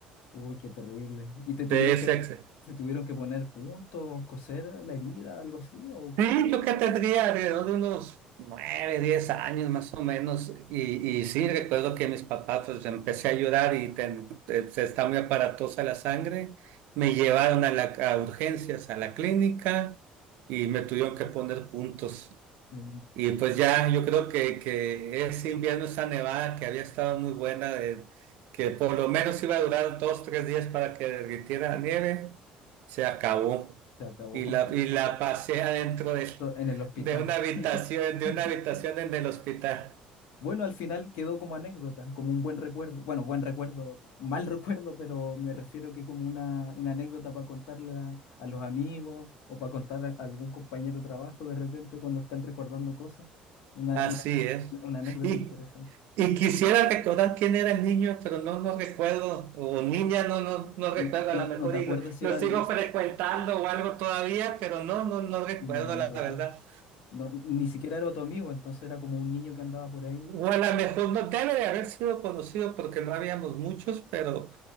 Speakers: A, on the left; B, on the right.
A: Uy, qué terrible. ¿Y te tuvieron
B: de ese,
A: que,
B: ex-
A: te tuvieron que poner puntos, coser la herida, algo así? ¿O, o-
B: Sí, yo que tendría alrededor de unos nueve, diez años más o menos, y, y sí, recuerdo que mis papás, pues empecé a llorar y ten- eh, se está muy aparatosa la sangre, me llevaron a, la, a urgencias, a la clínica, y me tuvieron que poner puntos.
A: o
B: Y pues ya, yo creo que, que ese invierno, esa nevada que había estado muy buena, de- que por lo menos iba a durar dos, tres días para que derritiera la nieve, se acabó.
A: se acabó
B: Y
A: <laughs>
B: la, y la pasé adentro de,
A: To- en el hospital?
B: de una habitación,
A: <laughs>
B: de una habitación en el hospital.
A: Bueno, al final quedó como anécdota, como un buen recuerdo. Bueno, buen recuerdo, mal <laughs> recuerdo, pero me refiero que como una, una anécdota para contarle a, a los amigos o para contar a algún compañero de trabajo de repente cuando están recordando cosas. Una,
B: Así
A: una,
B: es.
A: una anécdota
B: Y,
A: interesante.
B: y quisiera recordar quién era el niño, pero no, no recuerdo, o niña, no, no, no recuerdo,
A: N- No,
B: a lo
A: no
B: mejor
A: te
B: y
A: acuerdas
B: lo,
A: si
B: lo
A: era...
B: sigo frecuentando o algo todavía, pero no, no, no recuerdo
A: No, no
B: la
A: recuerdo.
B: verdad.
A: no- ni siquiera era tu amigo, entonces era como un niño que andaba por ahí.
B: O a lo mejor no debe de haber sido conocido porque no habíamos muchos, pero,